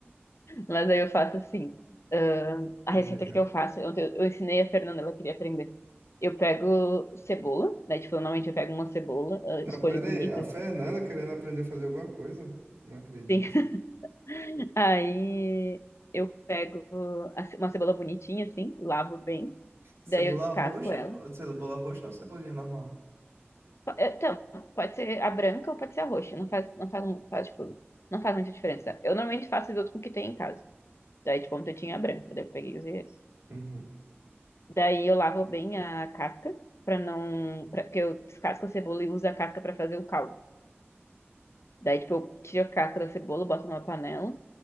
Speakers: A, on the left; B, on the right.
A: Mas aí eu faço assim. ahn, a
B: Diga.
A: receita que eu faço, eu, eu ensinei a Fernanda, ela queria aprender. Eu pego cebola, né? Tipo, normalmente eu pego uma cebola, ah,
B: Não,
A: escolho
B: pera
A: bonita,
B: aí. A Fernanda
A: assim.
B: querendo aprender a fazer alguma coisa? Não acredito.
A: Sim. <laughs> Aí eu pego a ce- uma cebola bonitinha, assim, lavo bem.
B: Cebola
A: Daí eu descasco
B: roxa,
A: ela.
B: cebola roxa ou cebolinha normal?
A: Po- Então, pode ser a branca ou pode ser a roxa. Não faz, não faz, não faz, tipo, não faz muita diferença. Eu normalmente faço risoto com o que tem em casa. Daí, tipo, ontem eu tinha a branca, daí eu peguei e usei essa.
B: Uhum.
A: Daí eu lavo bem a casca para não, pra, porque eu descasco a cebola e uso a casca para fazer o caldo. Daí tipo eu tiro a casca da cebola, boto numa panela,